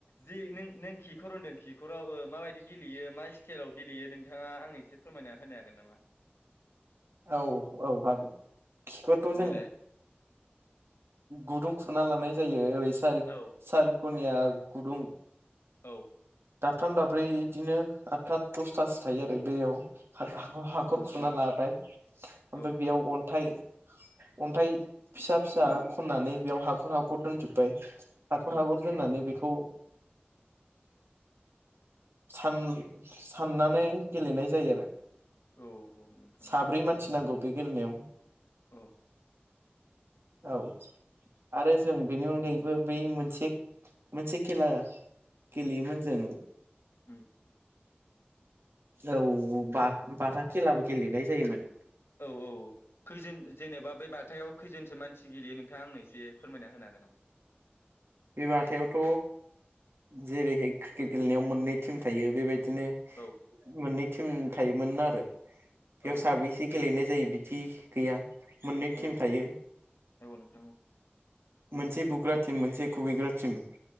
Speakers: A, on the left; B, on the right.
A: जि नों नों खि खिखर होनदों खिखराव ओं माबायदि गेलेयो मा स्टाइलाव गेलेयो नोंथाङा आं एसे फोरमायना होनो हागोन नामा
B: औ औ हागोन खिखरखौ जों
A: देलाय
B: गुदुं खुरना लानाय जायो ओरै सारि
A: औ
B: सारिकनिया गुदुं
A: औ
B: दाबथाम दाब्रै बिदिनो आठथा दसथासो थायो आरो बैयाव हा हाख हाखर
A: औ नोंथां
B: खुरना
A: औ
B: लाबाय ओमफ्राय
A: औ
B: बेयाव अन्थाइ अन्थाइ फिसा फिसा खननानै बेयाव हाखर हाखर दोनजोब्बाय हाखर
A: औ
B: हाखर दोननानै बेखौ सान साननानै गेलेनाय जायो आरो
A: औ नोंथां
B: साब्रै
A: औ
B: मानसि नांगौ बे गेलेनायाव
A: औ
B: औ आरो जों बेनि अनगायैबो बै मोनसे मोनसे खेला गेलेयोमोन जों
A: उम
B: औ बा बाथा खेलाबो गेलेनाय जायोमोन
A: औ औ खैजोन जेनेबा बे बाथायाव खैजोनसो मानसि गेलेयो नों नोंथां आंनो एसे फोरमायना होनो हागोन नामा
B: बे बाथायावथ' जेरैहाय क्रिकेट गेलेनायाव मोननै टिम थायो बेबायदि बिदिनो
A: औ
B: मोननै टिम थायोमोन आरो बेयाव
A: औ
B: साबै
A: औ
B: एसे गेलेनाय जायो बिदि गैया मोननै
A: औ
B: टिम थायो
A: औ नोंथां
B: मोनसे बुग्रा टिम मोनसे खुबैग्रा टिम